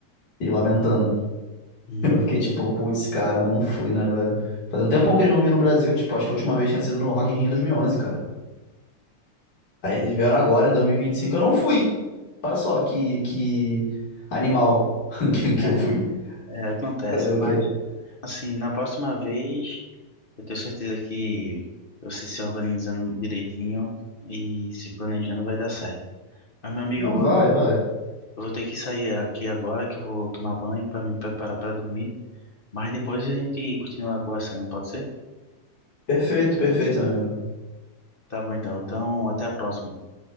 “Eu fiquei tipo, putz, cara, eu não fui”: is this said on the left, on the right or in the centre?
Left